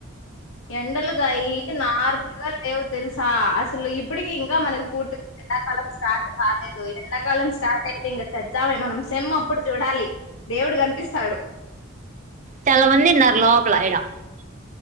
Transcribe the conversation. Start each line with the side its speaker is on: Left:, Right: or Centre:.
Left: ఎండల గాయికి నార్మల్ గా లేవు తెలుస్ సా అసలు ఇప్పుటికి ఇంకా మనకు పూర్తిగా ఎండాకాలం స్టార్ట్ కాలేదు ఎండాకాలం స్టార్ట్ అయితే ఇం ఇంకా చచ్చామే మనం సేమ్ అప్పుడు చూడాలే దేవుడు కనిపిస్తాడు
Right: చాలా మందిన్నారు లోపలా ఇడా